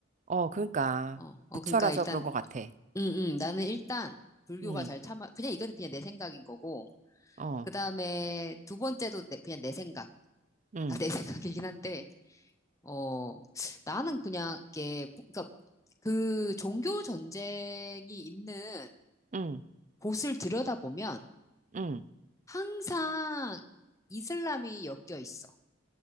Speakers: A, on the right (about 35°); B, on the left (about 15°).
A: 어, 그러니까.
B: 어, 어,
A: 부처라서
B: 그러니까 일단
A: 그런 것 같아.
B: 음, 음, 나는 일단 불교가
A: 음,
B: 잘 참아, 그냥 이거는 그냥 내 생각인 거고,
A: 어,
B: 그 다음에 두 번째도 내- 그냥 내 생각,
A: 음,
B: 다 내 <laughs> 생각이긴 한데, 어, 나는 그냥 이게, 부- 그러니까 그 종교 전쟁이 있는
A: 음,
B: 곳을 들여다보면
A: 음,
B: 항상 이슬람이 엮여 있어.